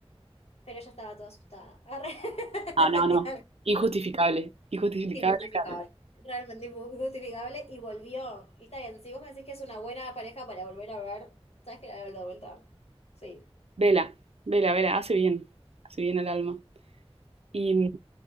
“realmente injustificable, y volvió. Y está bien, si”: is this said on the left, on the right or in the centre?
Left